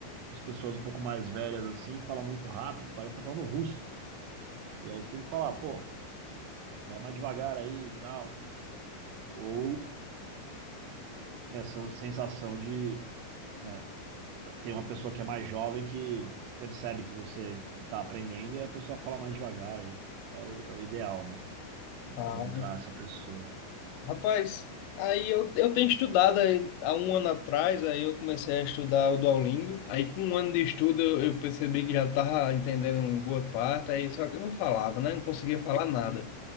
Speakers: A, on the right; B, on the left.
A: as pessoas um pouco mais velhas assim, falam muito rápido, parece que tá falando russo. E aí você tem que falar, pô, vai mais devagar aí e tal. Ou essa sensação de, né, tem uma pessoa que é mais jovem que percebe que você tá aprendendo e a pessoa fala mais devagar. Aí é o, é o ideal, né? Encontrar
B: Ah,
A: essa pessoa.
B: rapaz, aí eu, eu tenho estudado aí, há um ano atrás, aí eu comecei a estudar o Duolingo, aí com um ano de estudo eu, eu percebi que já estava entendendo uma boa parte, aí só que eu não falava, né? Não conseguia falar nada.